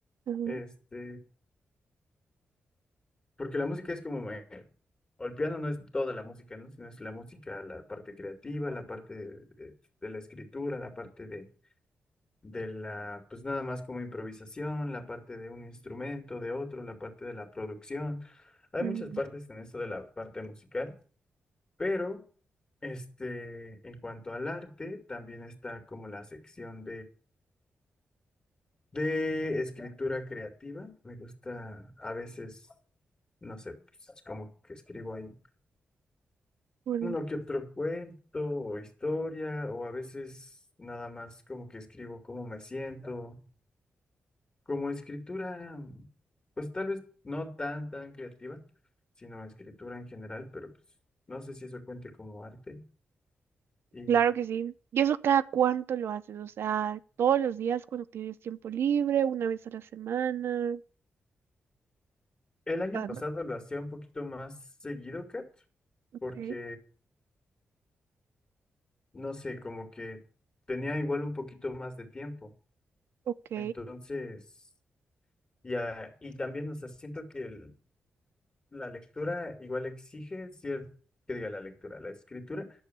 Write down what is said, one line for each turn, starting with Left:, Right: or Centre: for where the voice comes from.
Right: ujú,
Left: este, porque la música es como, eh, o el piano no es toda la música, ¿no? Sino es la música, la parte creativa, la parte de, de- de la escritura, la parte de, de la, pues nada más como improvisación, la parte de un instrumento, de otro, la parte de la producción. Hay
Right: ujú.
Left: muchas partes en esto de la parte musical, pero este, en cuanto al arte, también está como la sección De escritura creativa, me gusta a veces, no sé, pues es como que escribo ahí
Right: Bueno,
Left: uno que otro cuento o historia, o a veces nada más como que escribo cómo me siento. Como escritura, pues tal vez no tan, tan creativa, sino escritura en general, pero pues no sé si eso cuente como arte. Y
Right: Claro que sí. ¿Y eso cada cuánto lo haces? O sea, todos los días cuando tienes tiempo libre, una vez a la semana.
Left: el año
Right: Cada
Left: pasado
Right: cuánto.
Left: lo hacía un poquito más seguido, Kat,
Right: Ok,
Left: porque no sé, como que tenía igual un poquito más de tiempo.
Right: ok,
Left: Entonces, ya, y también, o sea, siento que el- la lectura igual exige cierto, que diga la lectura, la escritura,